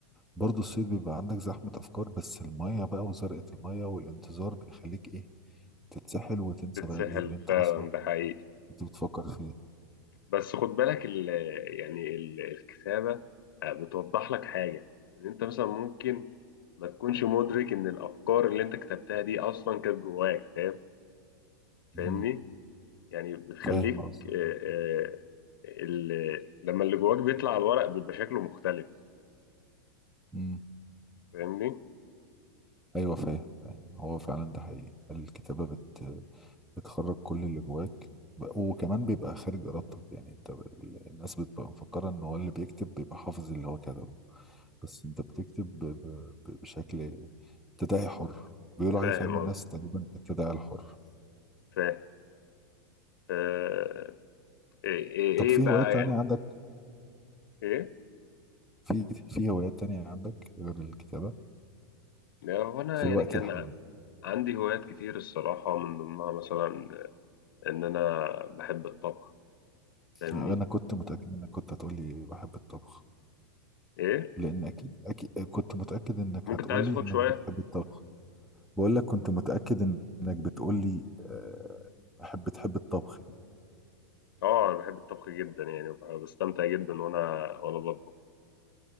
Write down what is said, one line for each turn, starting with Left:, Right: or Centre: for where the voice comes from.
Centre: برضو الصيد بيبقى عندك زحمة أفكار بس المية بقى وزرقة المية والانتظار بيخليك إيه تتسحل وتنسى
Left: تتسحل
Centre: بقى إيه اللي أنت
Left: فعلا
Centre: أصلا
Left: ده حقيقي
Centre: كنت بتفكر فيه
Left: بس خد بالك ال يعني ال الكتابة آه، بتوضح لك حاجة إن أنت مثلا ممكن ما تكونش مدرك إن الأفكار اللي أنت كتبتها دي أصلا كانت جواك فاهم
Centre: امم
Left: فاهمني يعني بتخليك
Centre: فاهم قصدك
Left: آه، آه، ال- لما اللي جواك بيطلع على الورق بيبقى شكله مختلف
Centre: امم
Left: فاهمني
Centre: أيوه فاهم فاهم هو فعلا ده حقيقي الكتابة بت بتخرج كل اللي جواك ب- وكمان بيبقى خارج ارادتك يعني انت ب- ال- الناس بتبقى مفكره ان هو اللي بيكتب بيبقى حافظ اللي هو كتبه بس انت بتكتب ب- ب- ب- بشكل تداعي حر بيقولوا
Left: فاهم
Centre: عليه في علم النفس
Left: قصدي
Centre: تقريبا التداعي الحر
Left: فاهم آه، ايه ايه
Centre: طب
Left: إيه
Centre: في
Left: بقى
Centre: هوايات تانية
Left: يعني
Centre: عندك
Left: ايه
Centre: في في هوايات تانية عندك غير الكتابة
Left: لا هو انا
Centre: في الوقت
Left: يعني كان
Centre: الحالي
Left: ع- عندي هوايات كتير الصراحه من ضمنها مثلا ان انا بحب الطبخ فاهمني
Centre: انا كنت متأكد انك كنت هتقولي بحب الطبخ
Left: ايه
Centre: لان اكيد اكيد كنت متأكد انك
Left: ممكن
Centre: هتقولي
Left: تعالى صوتك
Centre: انك
Left: شويه
Centre: بتحب الطبخ بقول لك كنت متأكد انك بتقول لي آه، بحب بتحب الطبخ يعني.
Left: اه انا بحب الطبخ جدا يعني وبح- بستمتع جدا وانا وانا بطبخ